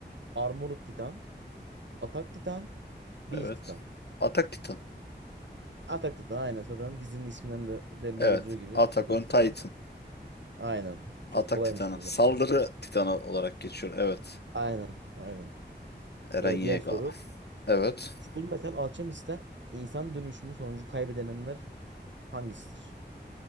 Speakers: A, on the right; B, on the left.
A: Armored Titan, Atak Titan, Beast
B: Evet.
A: Titan.
B: Atak Titan.
A: Atak Titan aynen zaten dizinin isminden de belli
B: Evet.
A: olacağı gibi
B: Atak
A: Atak
B: on Titan.
A: Titan. Aynen. Çok
B: Atak
A: kolaymış
B: Titan'a.
A: bu
B: Saldırı
A: bence.
B: Titan'a olarak geçiyor. Evet.
A: Aynen, aynen.
B: Eren
A: Ee,
B: Yeager.
A: diğer soru.
B: Evet.
A: Full Metal Alchemist'te insan dönüşümü sonucu kaybedenler hangisidir?